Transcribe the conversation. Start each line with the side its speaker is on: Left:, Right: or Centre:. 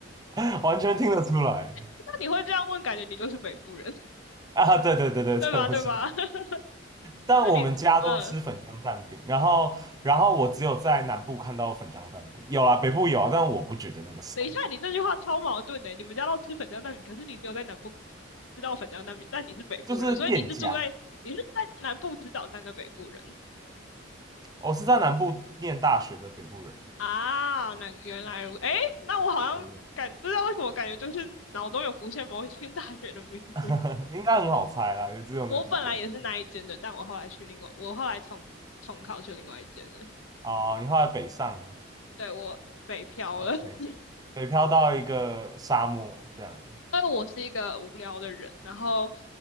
Right: <laughs> 完全听得出来
Left: <laughs> 那你会这样问，感觉你就是北部人，
Right: 啊！对对对对对，
Left: <laughs> 对吧？
Right: <laughs> 我是北
Left: 对吧？<laughs>
Right: 但我们家都吃粉浆蛋饼，
Left: 那你呃，
Right: 然后然后我只有在南部看到粉浆蛋饼，有啊，北部有啊，但我不觉得那个酸，
Left: 等一下，你这句话超矛盾的欸，你们家都吃粉浆蛋饼，可是你只有在南部知道粉浆蛋饼，但你是北部人，
Right: 就是店家。
Left: 所以你是住在你是在南部吃早餐的北部人
Right: 我是在南部念大学的北部人，
Left: 啊。那原来如，哎，那我好像感不知道为什么感觉就是脑中有浮现某一间大学的名字。
Right: <laughs> 对对对 <laughs> 应该很好猜啦，也只有那几间。
Left: 我本来也是那一间的，但我后来去另外，我后来重重考去另外一间的。
Right: 哦，你后来北上
Left: 对，我北漂了，
Right: ，OK，
Left: <laughs> 因
Right: 北漂到一个沙漠，这样
Left: 为我是一个无聊的人，然后